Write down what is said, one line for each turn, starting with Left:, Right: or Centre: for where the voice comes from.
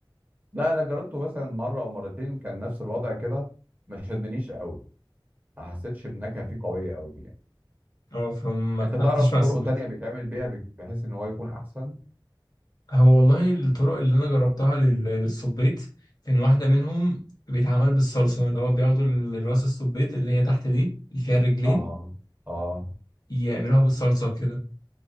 Right: لا انا جربته مثلا مره او مرتين كان نفس الوضع كده ما شدنيش قوي ما حسيتش النكهه فيه قويه قوي يعني
Left: اه فما
Right: انت
Left: ارتحتش
Right: تعرف
Left: مع
Right: طرق
Left: الصبيط
Right: تانية بيتعمل بيها بك- بحيث ان هو يكون احسن
Left: هو والله الطرق اللي انا جربتها لل- للسبيط ان واحده منهم بيتعمل بالصلصه اللي هو بياخدوا ال- راس السبيط اللي هي تحت دي اللي فيها الرجلين
Right: اه اه
Left: يعملوها بالصلصه وكده